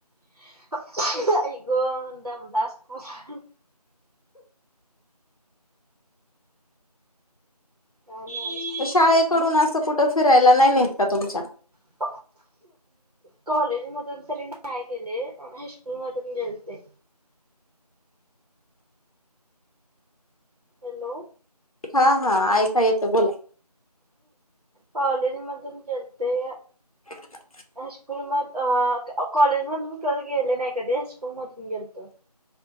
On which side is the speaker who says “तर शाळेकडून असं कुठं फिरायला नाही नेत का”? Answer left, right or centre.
Left